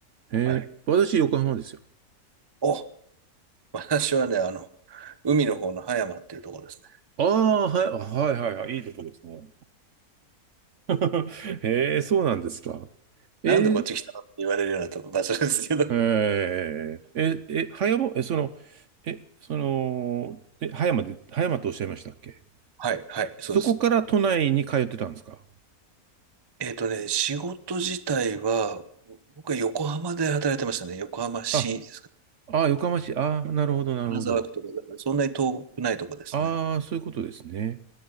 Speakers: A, on the right; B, on the right.
A: へえ、
B: はい。
A: 私、横浜ですよ。
B: あ私はね、あの、海の方の葉山っていうところですね。
A: ああ、はい、あはい、はい、はい、いいとこですね。<laughs> へえ、そうなんですか。えー、
B: なんでこっち来たのって言われるようなと場所ですけど。
A: えー、え、え、葉山、え、その、え、その、え、葉山で、葉山とおっしゃいましたっけ
B: はい、はい、そうです。
A: そこから都内に通ってたんですか
B: えっとね、仕事自体は、僕は横浜で働いてましたね。横浜市ですか。
A: あ、ああ、横浜市、ああ、なるほど、なるほど。
B: 金沢区とか、そんなに遠くないとこですね。
A: ああ、そういうことですね。